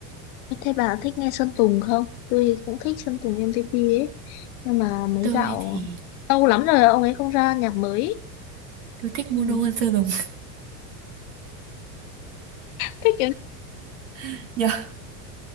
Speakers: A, on the left; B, on the right.
A: Thế bà thích nghe Sơn Tùng không? Tôi cũng thích Sơn Tùng MTP ấy. Nhưng mà mấy
B: Tôi
A: dạo...
B: thì
A: Lâu lắm rồi ông ấy không ra nhạc mới.
B: tôi thích Mono
A: Ừ.
B: hơn Sơn Tùng
A: Thích cái
B: <laughs>